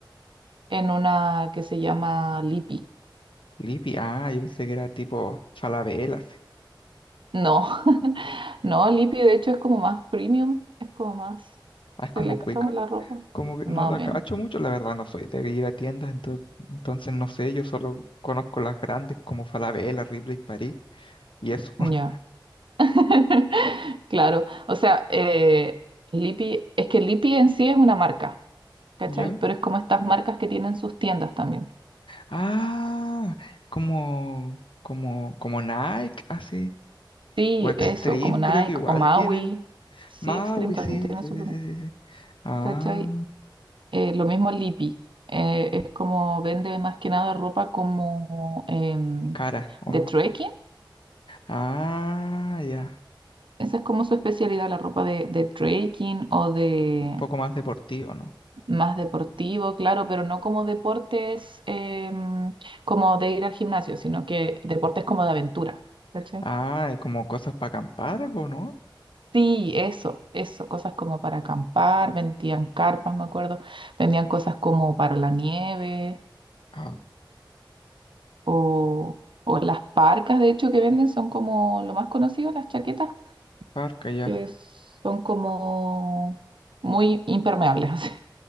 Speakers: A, on the right; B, on the left.
A: En una que se llama Lipi.
B: Lipi, ah, yo pensé que era tipo Falabella, así.
A: No. <laughs> No, Lipi de hecho es como más premium, es como más
B: Ah, es como
A: selecto
B: Cuica.
A: la ropa.
B: Como que no
A: Más
B: la
A: o menos.
B: cacho mucho, la verdad no soy de ir a tiendas, ento- entonces no sé, yo solo conozco las grandes como Falabella, Ripley, París y eso. <laughs>
A: Ya. <laughs> Claro. O sea, eh, Lipi, es que Lipi en sí es una marca, ¿cachai?
B: ¿Ya?
A: Pero es como estas marcas que tienen sus tiendas también.
B: Ah, como, como, como Nike, así.
A: Sí,
B: O Extreme,
A: eso, como Nike
B: creo que igual
A: o Maui.
B: tienen.
A: Sí,
B: Maui,
A: Extreme también
B: sí,
A: tiene
B: sí,
A: su.
B: sí,
A: propia,
B: sí, sí. sí. Ah,
A: ¿Cachai? Eh, lo mismo Lipi. Eh, es como vende más que nada ropa como em,
B: cara, ¿o
A: de
B: no?
A: trekking.
B: Ah, ya.
A: Esa es como su especialidad, la ropa de, de trekking o de
B: Un poco más deportivo, ¿no?
A: más deportivo, claro, pero no como deportes em, como de ir al gimnasio, sino que deportes como de aventura. ¿Cachai?
B: Ah, ¿y como cosas para acampar, ¿o no?
A: Sí, eso, eso, cosas como para acampar, vendían carpas, me acuerdo, vendían cosas como para la nieve
B: Ah,
A: o, o las parcas, de hecho, que venden son como lo más conocido, las chaquetas,
B: parca, ya.
A: que son como muy impermeables, <laughs> así.